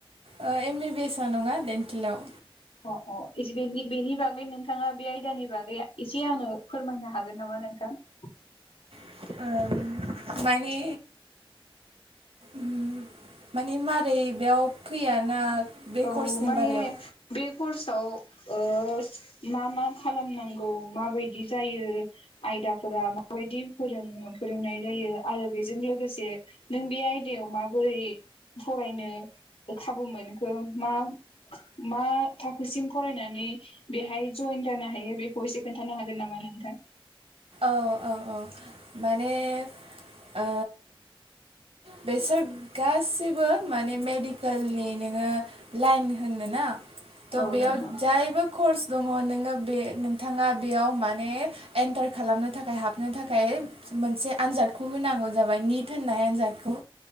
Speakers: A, on the right; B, on the left.
A: O M B B S आव नङा डेन्टेलाव
B: अ अ बेनि बागै नोंथाङा बे आयदानि बागै एसे आंनो फोरमायनो हागोन नामा नोंथां? <inaudible>
A: ओ मानि ओम माने मारै बेयाव फैयाना बे
B: औ
A: कर्सनि
B: माने
A: बारायाव
B: बे कर्सआव ओ मा मा खालामनांगौ माबायदि जायो आयदाफोरा माबायदि फोरों फोरोंनाय जायो आरो बेजों लोगोसे नों बे आयदायाव माबोरै फरायनो खाबु मोनखो मा मा थाखोसिम फरायनानै बेहाय जयेन जानो हायो बेखौ एसे खोन्थानो हागोन नामा? नोंथां
A: औ औ औ माने ओ बेसोर गासिबो माने मेडिकेलनि नोङो लाइन होननो ना त'
B: औ
A: बेयाव
B: नोंथां
A: जायबो कर्स दङ नोङो बे नोंथाङा बेयाव माने एन्टार खालामनो थाखाय हाबनो थाखाय मोनसे आनजादखौ होनांगौ जाबाय निट होननाय आनजादखौ